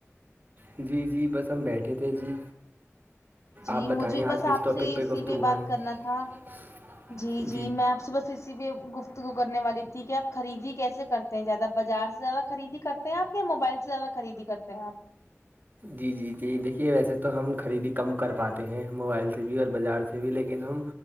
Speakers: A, on the right (about 40°); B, on the left (about 75°).
A: جی جی بس ہم بیٹھے تھے جی
B: جی
A: آپ بتائیں
B: مجھے بس
A: آج کس
B: آپ
A: ٹاپک
B: سے اسی
A: گفتگو
B: پہ بات
A: کریں گے
B: کرنا تھا جی جی میںپ سے بس کسی پہ گفتگو کرنے والی تھی کہ آپ خریدی کیسے کرتے ہیں زیادہ بازار سے زیادہ خریدی کر ہیں آ یا موبائل سے زیادہ خریدی کرتے ہیںپ
A: جی جی جی دیکھیے ویسے تو ہم خریدی کم کر پاتے ہیں موبائل سے بھی اور بازار سے تھ بھی لیکن ہم